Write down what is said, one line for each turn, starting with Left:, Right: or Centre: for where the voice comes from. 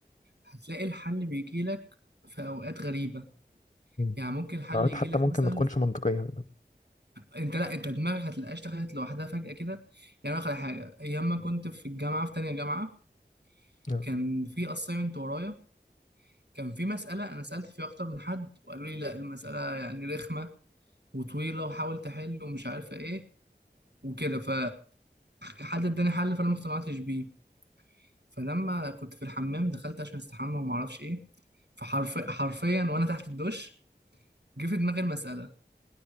Right: هتلاقي الحل بيجيلك في أوقات غريبة
Left: مم.
Right: يعني ممكن الحل
Left: قعدت
Right: يجيلك
Left: حتى ممكن
Right: مثلا
Left: ما تكونش منطقيه
Right: أنت لأ أنت دماغك هتلاقيها اشتغلت لوحدها فجأة كده يعني أقول لك على حاجة أيام ما كنت في الجامعة في تانية جامعة
Left: <laughs>
Right: كان في أسايمنت ورايا كان في مسألة أنا سألت فيها أكتر من حد وقالوا لي لأ المسألة يعني رخمة وطويلة وحاول تحل ومش عارفة إيه وكده ف حد اداني حل فأنا ما اقتنعتش بيه فلما كنت في الحمام دخلت عشان استحمى وما اعرفش ايه فحرفيا حرفيا وانا تحت الدش جه في دماغي المساله